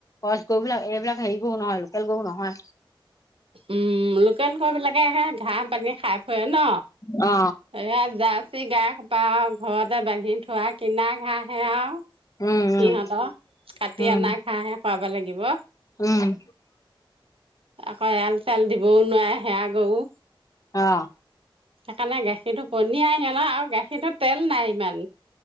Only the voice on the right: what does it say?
উম লোকেল গৰু বিলাকে হে ঘাঁহ পানী খাই ফুৰে ন!
এ জাৰ্চি গাই সোপা ঘৰতে বান্ধি থয় কিনা ঘাঁহে আও
সিহঁতৰ
কাটি
অনা ঘাঁহহে খুৱাব লাগিব।
আকৌ এৰাল চেৰাল দিবও নোৱাৰে সেয়া গৰু
সেইকাৰণে গাখীৰটো পনীয়া সিহঁতৰ আৰু গাখীৰটো তেল নাই ইমান